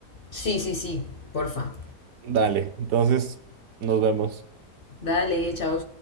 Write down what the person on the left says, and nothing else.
Sí, sí, sí, porfa.
Dale, chao.